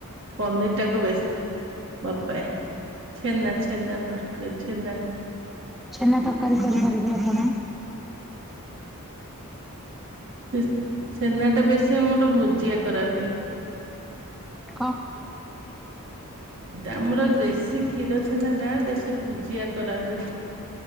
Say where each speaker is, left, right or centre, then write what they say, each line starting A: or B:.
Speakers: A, on the right; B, in the centre.
A: ପନିର ଟାକୁ ବେଶୀ ଭଲ ପାଏ ଛେନା ଛେନା ତ ଛେନା କୁ।
B: ଛେନା ତରକାରୀ କରିପାରିବେ ଆପଣ।
A: ସେ ଛେନା ଟା ବେଶୀ ଆମର ଭୂଜିଆ କରାହୁଏ।
B: କଣ କହିଲେ?
A: ଆମର ଦେଶୀ କ୍ଷୀର ଛେନା ଟା ବେଶୀ ଭୁଜିଆ କରାହୁଏ।